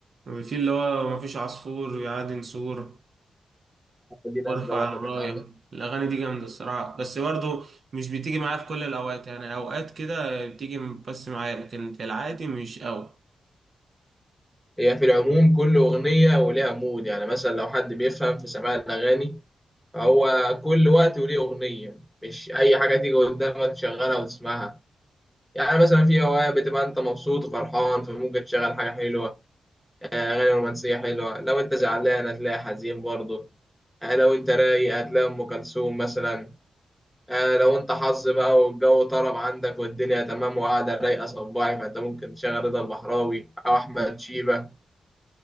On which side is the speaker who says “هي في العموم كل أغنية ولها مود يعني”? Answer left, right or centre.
Centre